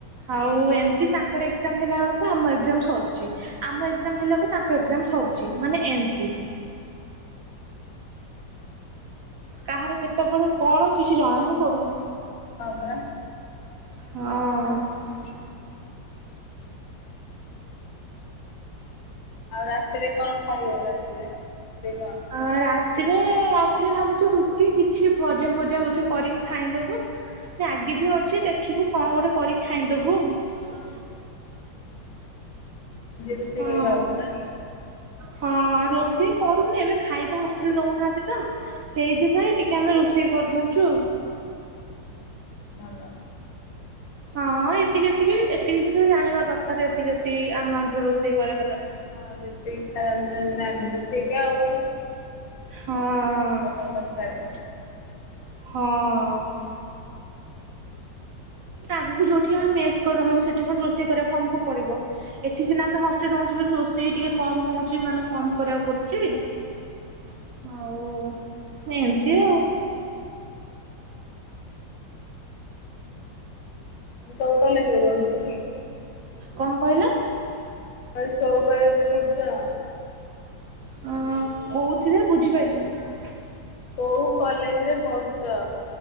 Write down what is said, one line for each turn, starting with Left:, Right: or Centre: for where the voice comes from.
Right: ଆଉ ଏମିତି ତାଙ୍କର ଏକ୍ଜାମ ହେଲା ବେଳକୁ ଆମ ଏକ୍ଜାମ ସରୁଛି। ଆମ ଏକ୍ଜାମ ହେଲାକୁ ତାଙ୍କ ଏକ୍ଜାମ ସରୁଛି ମାନେ ଏମିତି। କାହାର କେତେବେଳେ କଣ କିଛି ଜଣା ହିଁ ପଡୁନି।
Left: ହଁ ପରା।
Right: ହଁ।
Left: ଆଚ୍ଛା ଆଉ ରାତିରେ କଣ ଖାଇବେ ରାତିରେ ରୋଷେଇ କଣ?
Right: ଆ ରାତିରେ ରାତିରେ ଭାବୁଚୁ ରୁଟି କିଛି ଭଜା ଫଜା ବୋଧେ କରିକି ଖାଇଁଦବୁ। <unintelligible> ବି ଅଛି ଦେଖିବୁ କଣ ଗୋଟେ କରି ଖାଇଁଦବୁ। ହୁଁ ହ
Left: ନିଜେ ରୋଷେଇ
Right: ହଁ।
Left: କରି ଖାଉଚ ନା କି?
Right: ହଁ। ରୋଷେଇ କରୁନି ଏବେ ଖାଇବା ହଷ୍ଟେଲରେ ଦଉନାହାନ୍ତି ତ ସେଇଥିପାଇଁ ଟିକେ ଆମେ ରୋଷେଇ କରିଦଉଚୁ ଆଉ।
Left: ଭଲ।
Right: ହଁ ଏତିକି ଏତିକି ଏତିକି ଜିନିଷ ତ ଜାଣିବା ଦରକାର ଏତିକି ଏତିକି ଆମାଉଣ୍ଟର ରୋଷେଇ କରିବା
Left: ହଁ ଯେତିକି ଖାଇବା <unintelligible> ଜାଣିଲେ ତ ଠିକ୍ ଆଉ।
Right: ହଁ।
Left: ଆଉ କଣ ଦରକାରେ।
Right: ହଁ। ଆଗୁକୁ ଯୋଉଠି ଆମେ ମେସ୍ କରି ରହିବୁ, ସେଠି ପୁଣି ରୋଷେଇ କରିବାକୁ ଆମକୁ ପଡିବ। ଏଠି ସିନା ଆମେ ହଷ୍ଟେଲ ରହୁଚୁ ବୋଲି ରୋଷେଇ ଟିକେ କମ ହଉଚି ମାନେ କମ୍ କରିବାକୁ ପଡୁଚି। ଆଉ ଏମତି ଆଉ।
Left: ତମେ କୋଉ କଲେଜରେ ପଢୁଚ କି?
Right: କଣ କହିଲ?
Left: କହିଲି କୋଉ କଲେଜରେ ପଢୁଚ?
Right: ଅ କୋଉଥିରେ ବୁଝିପାଇଲିନି?
Left: କୋଉ କଲେଜ ରେ ପଢୁଚ?